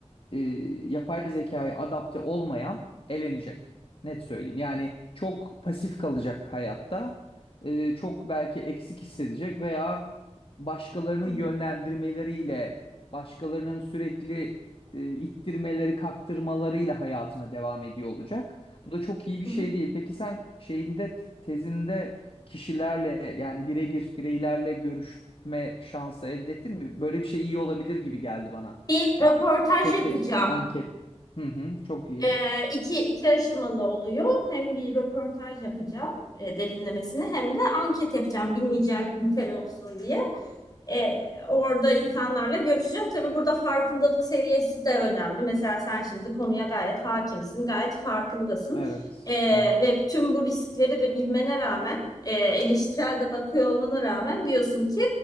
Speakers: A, on the left; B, on the left.
A: e, yapay zekaya adapte olmayan elenecek. Net söyleyeyim. Yani çok pasif kalacak hayatta. E, çok belki eksik hissedecek veya başkalarının
B: Hı
A: yönlendirmeleriyle,
B: hı,
A: başkalarının sürekli e, ittirmeleri, kaktırmalarıyla hayatına devam ediyor olacak. Bu da çok iyi bir
B: hı
A: şey
B: hı.
A: değil. Peki sen şeyinde tezinde kişilerle yani birebir bireylerle görüşme şansı elde ettin mi? Böyle bir şey iyi olabilir gibi geldi bana.
B: Bir
A: Ya
B: röportaj
A: Tek
B: yapacağım.
A: tek anket. Hı hı, çok iyi.
B: Ee, iki, iki aşamalı oluyor. Hem bir röportaj yapacağım e, derinlemesine hem de anket yapacağım. Bin nicel bin tel olsun diye. E, orada insanlarla görüşeceğim. Tabii burada farkındalık seviyesi de önemli. Mesela sen şimdi konuya gayet hakimsin, gayet farkındasın.
A: Evet,
B: E,
A: evet.
B: ve tüm bu riskleri de bilmene rağmen, e, eleştirel de bakıyor olmana rağmen diyorsun ki